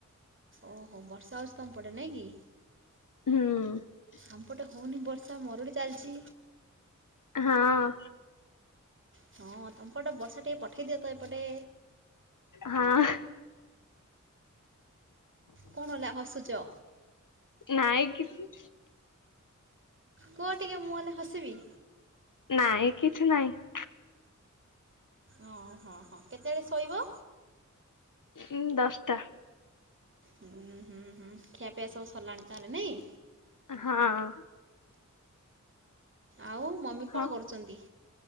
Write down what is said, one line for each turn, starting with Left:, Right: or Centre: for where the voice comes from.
Right: ଓହୋ ବର୍ଷା ହେଉଷ ତମ ପଟେ ନାଇଁ କି?
Left: ହୁଁ
Right: ଆମ୍ପଟେ ହେଉନି ବର୍ଷା ମରୁଡ଼ି ଚାଲିଛି।
Left: ହଁ
Right: ହଁ ତମପଟେ ବର୍ଷା ଟିକେ ପଠେଇ ଦିଅ ତ ଏପଟେ।
Left: ହଁ
Right: କଣ ହେଲା ହସୁଚ?
Left: ନାଇଁ କିଛି
Right: କୁହ ଟିକେ ମୁଁ ହେଲେ ହସିବି?
Left: ନାଇଁ କିଛି ନାଇଁ।
Right: ଓହୋ ହଁ କେତେବେଳେ ଶୋଇବ?
Left: ଉଁ ଦଶଟା
Right: ହୁଁ ହୁଁ ହୁଁ ଖିଆପିଆ ସବୁ ସରିଲାଣି ତାହେଲେ ନାଇଁ?
Left: ହଁ
Right: ଆଉ ମମି
Left: ହଁ
Right: କଣ କରୁଛନ୍ତି?